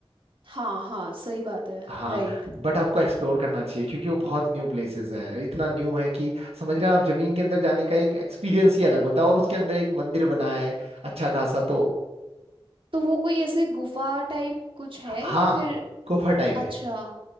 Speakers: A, on the right (about 60°); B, on the right (about 85°).
A: हाँ हाँ सही बात है
B: हाँ
A: राइट
B: बट आपको एक्सप्लोर करना चाहिए क्योंकि वो बहुत न्यू प्लेसेस है इतना न्यू है कि समझ रहे हैं आप जमीन के अंदर जाने का एक एक्सपीरियंस ही अलग होता है और उसके अंदर एक मंदिर बना है अच्छा खासा तो
A: तो वो कोई ऐसे गुफा टाइप कुछ है
B: हाँ
A: या फिर
B: गुफा टाइप
A: अच्छा
B: है